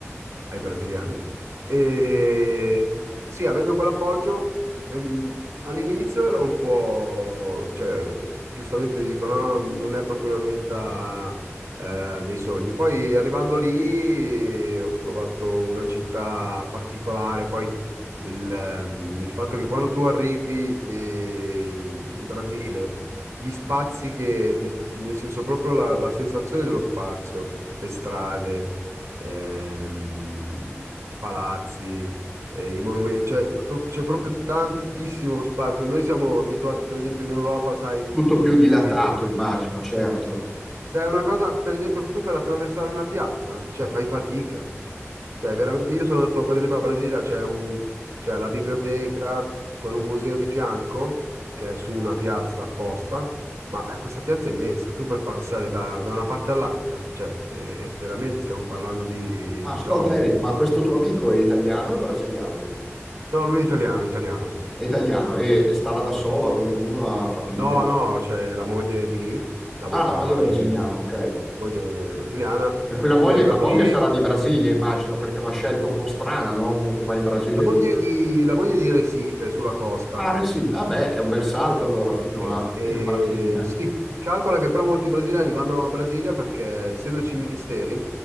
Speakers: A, on the right (about 80°); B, in the centre.
A: ai brasiliani, e sì, avendo quell'appoggio, ehm, all'inizio ero un po', cioè, giustamente ti dico, no, no, non è proprio una meta, eh, dei sogni. Poi arrivando lì ho trovato una città particolare, poi il, ehm, il fatto che quando tu arrivi eh, in Brasile, gli spazi che, le- nel senso proprio la, la sensazione dello spazio, le strade, ehm, i palazzi, eh, i monumenti, cioè, pro- c'è proprio tantissimo spazio. Noi siamo abituati, per esempio, in Europa, sai,
B: Tutto più dilatato,
A: che...
B: immagino, certo.
A: Cioè, è una cosa, per esempio, tu per attraversare una piazza, cioè fai fatica. Cioè, veramente io sono andato, per esempio, a Brasilia, c'è un- c'è la biblioteca con un museo di fianco, che è su una piazza apposta, ma eh, questa piazza è immensa, tu per passare da, da una parte all'altra, cioè, eh, veramente stiamo parlando di,
B: Ma
A: di
B: ascolta
A: chilometri.
B: Eric, ma questo tuo amico è italiano o è brasiliano lui?
A: No, lui è italiano, italiano.
B: È italiano e sta là da
A: Sì.
B: solo, ha qualcuno, ha famiglia.
A: No, no, c'è la moglie di lì, lavora
B: Ah, la moglie è brasiliana,
A: in un...
B: ok.
A: sì, la moglie è brasiliana,
B: Per cui la moglie,
A: lui è arrivato
B: la moglie
A: lì,
B: sarà di Brasile, immagino, perché è una scelta un po' strana, no? Uno che va in Brasile
A: la moglie
B: di...
A: è di, la moglie è di Recife, sulla costa.
B: Ah, sì, vabbè, è un bel salto allora
A: Beh,
B: fino a,
A: eh,
B: fino a Brasile.
A: sì, calcola
B: eh.
A: che però molti brasiliani vanno a Brasilia perché, essendoci ministeri,